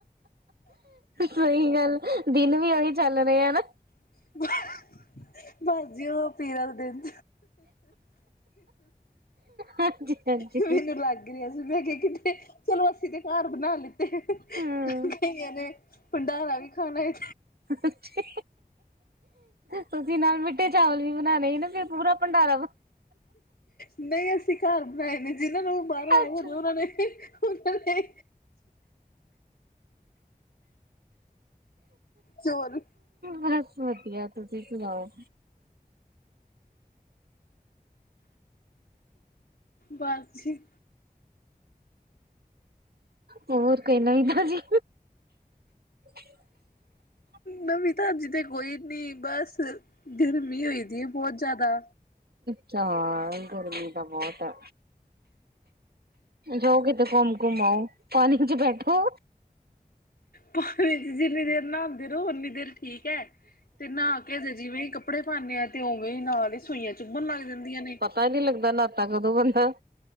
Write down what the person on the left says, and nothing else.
<inaudible> ਬਾਸ ਜੀ ਓ ਪੀਰਾਂ ਦਾ ਦਿਨ
ਮੈਨੂੰ ਲੱਗ ਰੇਆ ਸੀ ਮੈਂ ਕੇਆ ਕਿੱਥੇ ਚਲੋ ਅਸੀਂ 'ਤੇ ਘਰ ਬਣਾ ਲਿੱ ਤੀ
ਕਈਆਂ ਨੇ ਭੰਡਾਰਾ ਵੀ ਖਾਣਾ ਏ।
ਨਈ ਅਸੀਂ ਘਰ ਬਣਾਏ ਨੇ ਜਿਨਾਂ ਨੂੰ ਵੀ ਬਾਰੋਂ
ਆਏ ਹੋਦੇ ਉਨਾਂ ਨੇ ਉਨਾਂ ਨੇ ਚੋਰ
ਬਸ ਜੀ।
ਨਵੀਂ ਤਾਂਜੀ ਤੇ ਕੋਈ ਨੀ ਬਸ ਗਰਮੀ ਹੋਈ ਦੀ ਏ ਬੋ ਜਿਆਦਾ।
ਪਾਣੀ 'ਚ ਜਿੰਨੀ ਦੇਰ ਨਾਂਦੇ ਰੋ ਉਨੀ ਦੇਰ ਠੀਕ ਐ 'ਤੇ ਨਾ ਕੇ ਜੇ ਜਿਵੇਂ ਈ ਕੱਪੜੇ ਪਾਨੇ ਆ 'ਤੇ ਉਵੇਂ ਈ ਨਾਲ ਈ ਸੁਈਆਂ ਚੁੱਭਣ ਲੱਗ ਜਾਂਦੀਆਂ ਨੇ।